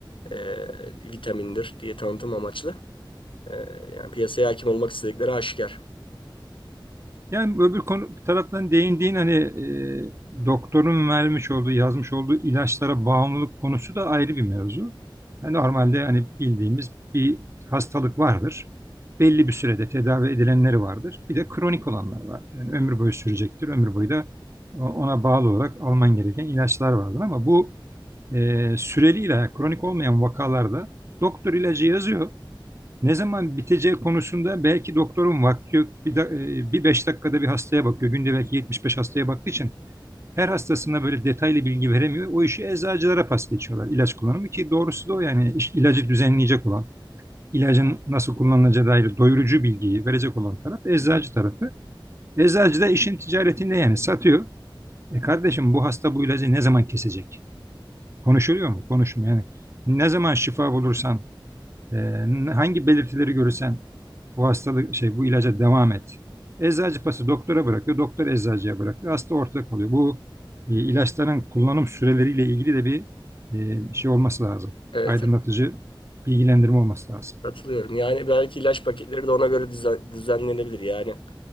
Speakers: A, on the left; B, on the right.
A: e, vitamindir diye tanıtım amaçlı. E, yani piyasaya hakim olmak istedikleri aşikar.
B: Yani öbür konu bir taraftan değindiğin hani e, doktorun vermiş olduğu, yazmış olduğu ilaçlara bağımlılık konusu da ayrı bir mevzu. Yani normalde hani bildiğimiz bir hastalık vardır. Belli bir sürede tedavi edilenleri vardır. Bir de kronik olanlar vardır. Yani ömür boyu sürecektir. Ömür boyu da ona bağlı olarak alman gereken ilaçlar vardır. Ama bu e, süreli ilaç, kronik olmayan vakalarda doktor ilacı yazıyor. Ne zaman biteceği konusunda belki doktorun vakti yok. Bir, da- e, bir beş dakikada bir hastaya bakıyor. Günde belki 75 hastaya baktığı için her hastasına böyle detaylı bilgi veremiyor. O işi eczacılara pas geçiyorlar ilaç kullanımı ki doğrusu da o yani iş- ilacı düzenleyecek olan, ilacın nasıl kullanılacağı dair doyurucu bilgiyi verecek olan taraf eczacı tarafı. Eczacı da işin ticaretinde yani satıyor. E kardeşim bu hasta bu ilacı ne zaman kesecek? Konuşuluyor mu? Konuşmuyor yani. Ne zaman şifa bulursan ee, hangi belirtileri görürsen bu hastalık şey bu ilaca devam et. Eczacı pası doktora bırakıyor, doktor eczacıya bırakıyor. Hasta ortada kalıyor. Bu e, ilaçların kullanım süreleriyle ilgili de bir e, şey olması lazım.
A: Evet
B: Aydınlatıcı
A: evet,
B: bilgilendirme olması lazım.
A: katılıyorum. Yani belki ilaç paketleri de ona göre düzen- düzenlenebilir. Yani